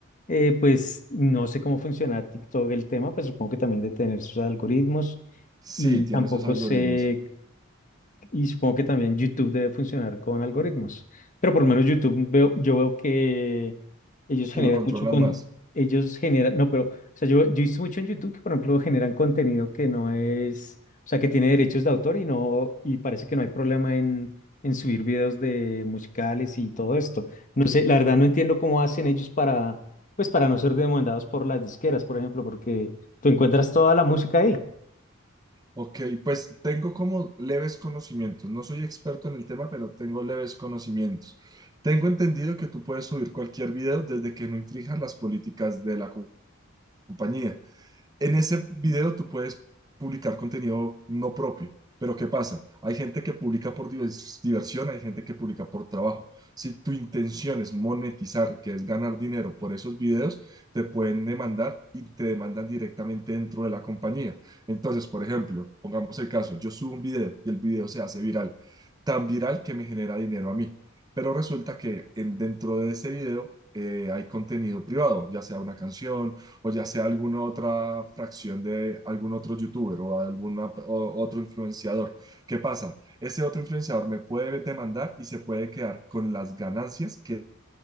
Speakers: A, on the left; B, on the right.
A: Eh, pues no sé cómo funciona TikTok el tema, pues supongo que también de tener sus algoritmos
B: Sí,
A: y
B: tiene
A: tampoco
B: esos algoritmos
A: sé y supongo que también YouTube debe funcionar con algoritmos. Pero por lo menos YouTube veo, yo veo que ellos
B: que
A: generan
B: lo controlan
A: mucho con,
B: más.
A: ellos generan, no, pero, o sea, yo, yo he visto mucho en YouTube que, por ejemplo, generan contenido que no es, o sea, que tiene derechos de autor y no, y parece que no hay problema en, en subir videos de musicales y todo esto. No sé, la verdad no entiendo cómo hacen ellos para, pues, para no ser demandados por las disqueras, por ejemplo, porque tú encuentras toda la música ahí.
B: Ok, pues tengo como leves conocimientos. No soy experto en el tema, pero tengo leves conocimientos. Tengo entendido que tú puedes subir cualquier video desde que no infrijas las políticas de la co- compañía. En ese video tú puedes publicar contenido no propio, pero ¿qué pasa? Hay gente que publica por divers- diversión, hay gente que publica por trabajo. Si tu intención es monetizar, que es ganar dinero por esos videos, te pueden demandar y te demandan directamente dentro de la compañía. Entonces, por ejemplo, pongamos el caso, yo subo un video y el video se hace viral, tan viral que me genera dinero a mí. Pero resulta que en- dentro de ese video eh, hay contenido privado, ya sea una canción, o ya sea alguna otra fracción de algún otro youtuber o algún otro influenciador. ¿Qué pasa? Ese otro influenciador me puede demandar y se puede quedar con las ganancias que